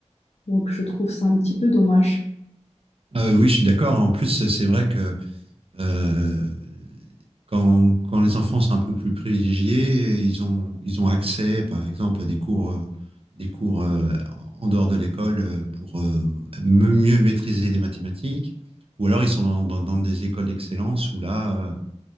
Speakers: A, on the left (about 60°); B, on the right (about 50°).
A: Donc je trouve ça un petit peu dommage.
B: euh, oui, je suis d'accord. En plus, c'est vrai que Euh, quand, quand les enfants sont un peu plus privilégiés, ils ont, ils ont accès, par exemple, à des cours, euh, des cours euh, en dehors de l'école euh, pour euh, me- mieux maîtriser les mathématiques. Ou alors ils sont dans, dans, dans des écoles d'excellence où là, euh,